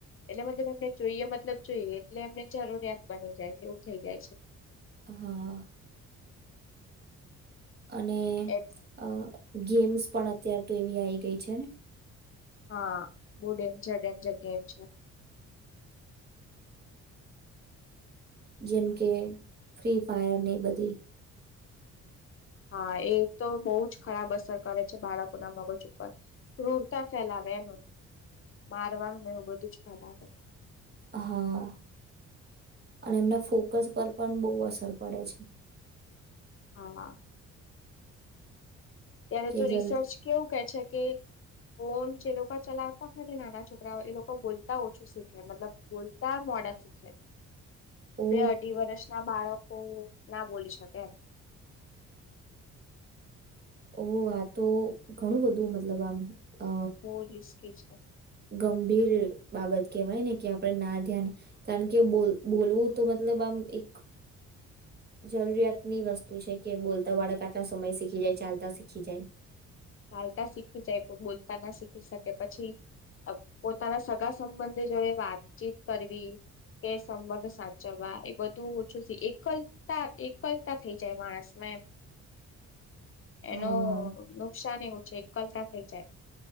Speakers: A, on the left; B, on the right.
A: એટલે મતલબ એમને જોઈએ મતલબ જોઈએ એટલે એમને જરૂરિયાત બની જાય એવું થઇ જાય છે.
B: હા. અને
A: એટ
B: અહ ગેમ્સ પણ અત્યાર તો એવી આઈ ગઈ છે ને?
A: હા, બહુ ડેન્જર ડેન્જર ગેમ છે.
B: જેમ કે ફ્રી ફાયર ને એ બધી.
A: હા, એ તો બહુ જ ખરાબ અસર કરે છે બાળકો ના મગજ ઉપર ક્રુરતા ફેલાવે એનું મારવાનુંને એવું બધું જ ફેલાવે.
B: હા, અને એમના ફોકસ પર પણ બહુ અસર પડે છે.
A: હા. ત્યારે
B: કે
A: તો
B: જલ્દી
A: રિસર્ચ કેવું કે છે કે ફોન જે લોકો ચલાવતા હોય ને નાના છોકરાઓ એ લોકો બોલતા ઓછું શીખે મતલબ બોલતા મોડા શીખે.
B: ઓ
A: બે અઢી વર્ષ ના બાળકો તો ના બોલી શકે એમ.
B: ઓ આ તો ઘણું બધું મતલબ આમ. અ
A: મો રસ કે જ
B: ગંભીર બાબત કેહેવાય ને કે આપડણે ના ધ્યાન કારણ કે બોલવું તો મતલબ આમ એક જરૂરિયાતની વસ્તુ છે કે બોલતા બાળક આટલા સમય શીખી જાય ચાલતા શીખી જાય.
A: ચાલતા શીખી જાય બોલતા ના શીખી શકે પછી પોતાના સગા સંબંધ જોડે વાતચીત કરવી કે સંબંધ સાચવવા એ બધું ઓછું એકલતા એકલતા થઈ જાય માણસમાં એમ એનો
B: હા
A: એવું છે એકલતા થઈ જાય.